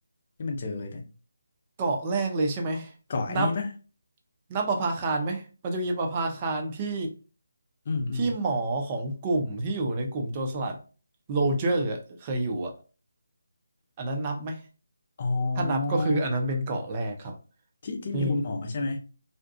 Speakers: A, on the left; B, on the right.
A: ที่มันเจอเลยเนี่ย
B: เกาะแรกเลยใช่ไหม
A: เกาะไอ้นี่ปะ
B: นับนับประภาคารไหมมันจะมีประภาคารที่
A: อืมอืม
B: ที่หมอของกลุ่มที่อยู่ในกลุ่มโจรสลัดโรเจอร์อะเคยอยู่อ่ะอันนั้นนับไหม
A: อ๋อ
B: ถ้านับก็คืออันนั้นเป็นเกาะแรกครับ
A: ที่ที่มีคุณหมอใช่ไหม
B: ที่